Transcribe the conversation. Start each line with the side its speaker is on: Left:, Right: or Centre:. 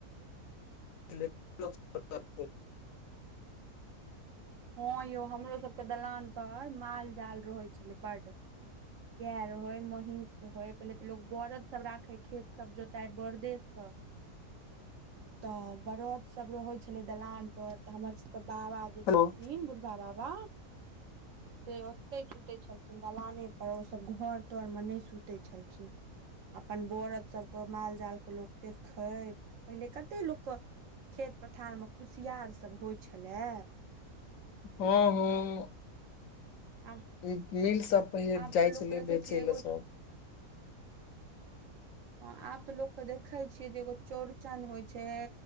Left: <inaudible>
Right: हँं यौ हमरो सबके दलान पर माल जाल रहै छलै बड गाय रहे महीष रहे पहिले तऽ लो बरद सब राखे खेत सब जोताय बरदे सऽ तऽ बरद सब रहै छलै दलान पर तऽ हमर सबके बाबा अ जे
Left: हेलो
Right: छथिन बुढ़बा बाबा से ओते सुते छल खिन दलाने और उ सब घर तर मे नहि सुते छलखिन अपन वरद सभके माल जालके लोक देखै पहिने कते लोक क खेत पथार मे कुसियार सब होइ छलए
Left: हँ हँ
Right: आब
Left: इ मिल सब पेहिले
Right: आब
Left: जाइ
Right: तऽ लोकके
Left: छलै
Right: देखै
Left: बेचे
Right: छियै एगो
Left: लए सब
Right: <inaudible> ह आब तऽ लोकके देखै छियै जे एगो चौड़चन होइ छै